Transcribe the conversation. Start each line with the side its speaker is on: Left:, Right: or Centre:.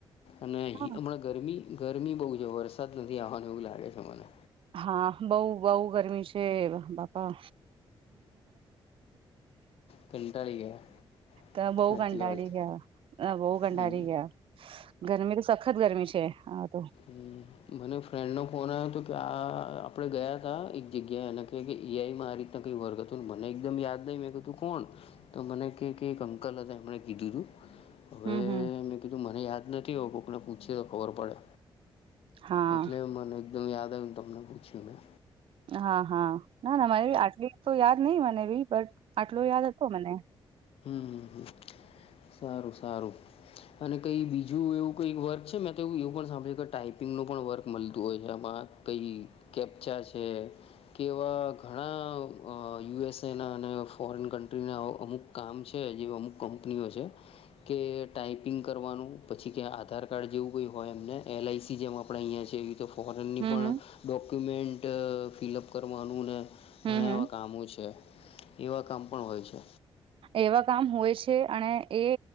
Left: અને
Right: હા
Left: હમણાં ગરમી ગરમી બહુ છે. વરસાદ નથી આવવાનું એવું લાગે છે મને.
Right: હા બઉ બઉ ગરમી છે બાપા.
Left: કાંટાળી ગયા.
Right: તો બઉ
Left: સાચી
Right: કંટાળી
Left: વાત છે
Right: ગયા અ બઉ કંટાળી
Left: હમ
Right: ગયા ગરમી તો સખત ગરમી છે હા તો.
Left: હમ મને ફ્રેન્ડનો ફોન આવ્યો હતો કે આ આપડે ગયા હતા એક જગ્યાએ એને કે કે ઈઆઈ માં આ રીતના કઈ વર્ગ હતું મને એકદમ યાદ નહી મેં કધું કોણ તો મને કે એક અંકલ હતા એમણે કીધું તું. હવે
Right: હમ હમ
Left: મેં કીધું મને યાદ નથી આવ કોકને પૂછી તો ખબર પડે.
Right: હા
Left: એટલે મને એકદમ યાદ આવને તમને પૂછ્યું મેં
Right: હા હા ના ના મને આટલી તો યાદ નહી મને બી પર આટલો યાદ હતો મને
Left: હમ્મ હમ્મ હમ્મ સારું સારું. અને કઈ બીજું એવું કઈ વર્ક છે, મેં તોવું એવું પણ સાંભળ્યું કે ટાઈપિંગ ન પણ વર્ક મળતું હોય છે આમાં અ કંઈ કેપચા છે કે એવા ઘણા યુએસએના અને ફોરેન કન્ટ્રીના અમુક કામ છે, જેવી અમુક કંપનીઓ છે કે ટાઈપિંગ કરવાનું પછી કે આધાર કાર્ડ જેવું કઈ હોય એમને એલઆઈસી જેમ આપે અહિયા છે એવી તો ફોરેનની
Right: હમ
Left: પણ
Right: હમ
Left: ડોક્યુમેન્ટ ફિલઅપ કરવાનું ને ઘણા
Right: હમ હમ
Left: એવા કામો છે એવા કામ પણ હોય છે.
Right: એવા કામ હોય છે અને એ